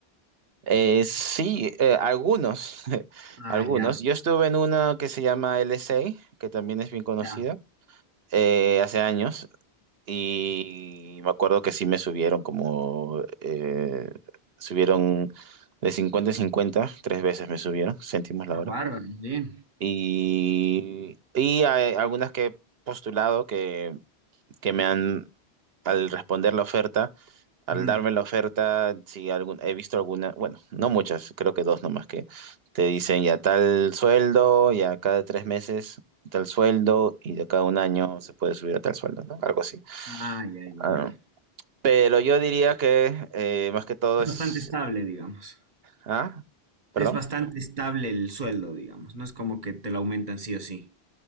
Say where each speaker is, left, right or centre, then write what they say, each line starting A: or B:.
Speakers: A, on the right; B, on the right.
A: Eh, sí eh, algunos, <laughs>
B: Ah,
A: algunos.
B: ya,
A: Yo estuve en una que se llama LSA, que también es bien conocida,
B: ya.
A: eh, hace años, y me acuerdo que sí me subieron como, eh, subieron de 50 en 50 tres veces me subieron, céntimos la
B: Ah,
A: hora.
B: bárbaro, bien.
A: Y, y hay algunas que he postulado que, que me han, al responder la oferta, Al
B: Ujú.
A: darme la oferta, sí, algún, he visto algunas, bueno, no muchas, creo que dos nomás que te dicen ya tal sueldo, ya cada tres meses tal sueldo y de cada un año se puede subir a tal sueldo, ¿no? Algo así.
B: Ah, ya, ya,
A: Ah,
B: ya.
A: pero yo diría que eh, más que todo
B: Es
A: es...
B: bastante estable, digamos.
A: ¿Ah? ¿Perdón?
B: Es bastante estable el sueldo, digamos. No es como que te lo aumentan sí o sí.